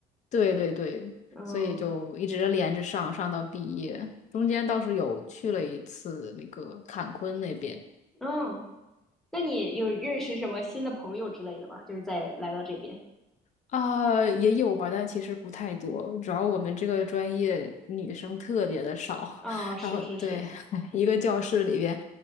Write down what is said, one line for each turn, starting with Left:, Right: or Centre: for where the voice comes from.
Left: 对对对，
Centre: 嗯
Left: 所以就一直连着上，上到毕业。中间倒是有去了一次那个坎昆那边，
Centre: 嗯，那你有认识什么新的朋友之类的吗？就是在来到这边。
Left: 啊、也有吧，但其实不太多。主要我们这个专业女生特别的少，
Centre: 哦，
Left: <laughs>
Centre: 是是是，
Left: 然后对，<laughs> 一个教室里边